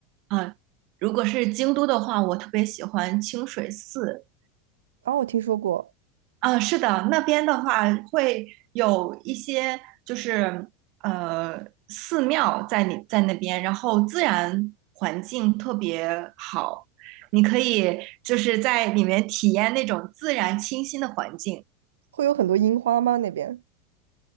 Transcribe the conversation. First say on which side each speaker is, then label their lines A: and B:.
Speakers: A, on the right; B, on the right.
A: 啊，如果是京都的话，我特别喜欢清水寺，
B: 哦，我听说过，
A: 啊，是的，那边的话会有一些就是呃寺庙在你在那边，然后自然环境特别好，你可以就是在里面体验那种自然清新的环境。
B: 会有很多樱花吗？那边？